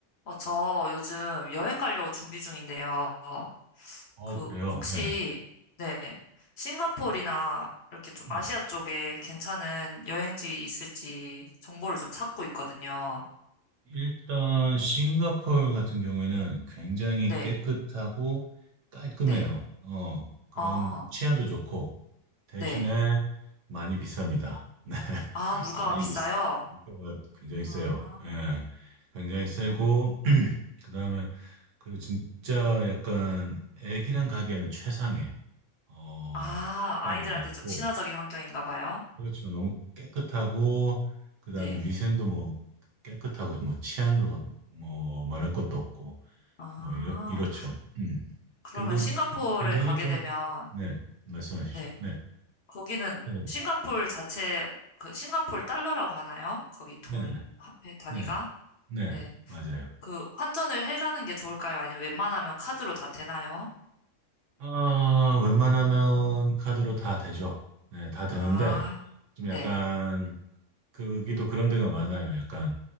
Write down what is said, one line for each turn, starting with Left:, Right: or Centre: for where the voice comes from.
Left: 어, 저 요즘 여행 가려고 준비 중인데요. 어,
Right: 어,
Left: 그,
Right: 그래요.
Left: 혹시,
Right: 예.
Left: 네, 싱가포르나 이렇게 좀
Right: 예.
Left: 아시아 쪽에 괜찮은 여행지 있을지 정보를 좀 찾고 있거든요.
Right: 일단 싱가포르 같은 경우에는 굉장히
Left: 네,
Right: 깨끗하고 깔끔해요.
Left: 네,
Right: 어, 그런
Left: 아,
Right: 치안도 좋고 대신에
Left: 네.
Right: 많이 비쌉니다. <laughs> 네.
Left: 아, 물가가
Right: 많이
Left: 비싸요?
Right: 비싸. 물가가 굉장히 세요.
Left: 아,
Right: 예. 굉장히
Left: 어.
Right: 세고 <clears throat> 그다음에 그리고 진짜 약간 애기랑 가기에는 최상의 어,
Left: 아,
Right: 국가인
Left: 아이들한테
Right: 것 같고
Left: 좀 친화적인 환경인가 봐요.
Right: 그렇죠. 너무 깨끗하고 그다음에
Left: 네.
Right: 위생도 뭐 깨끗하고 뭐 치안도 뭐 말할 것도 없고
Left: 아,
Right: 뭐 이렇 이렇죠. 음.
Left: 그러면
Right: 그리고
Left: 싱가포르에
Right: 굉장히
Left: 가게
Right: 좀
Left: 되면,
Right: 네, 말씀하십시오.
Left: 네.
Right: 네.
Left: 거기는
Right: 선생님.
Left: 싱가폴 자체 그 싱가폴 달러라고 하나요? 거기 돈
Right: 네, 네, 네.
Left: 화폐 단위가?
Right: 네. 네.
Left: 네.
Right: 맞아요.
Left: 그 환전을 해가는 게 좋을까요? 아니면 웬만하면 카드로 다 되나요?
Right: 아, 웬만하면 카드로 다 되죠. 네, 다 되는데
Left: 아,
Right: 좀
Left: 네.
Right: 약간 거기도 그런 데가 많아요. 약간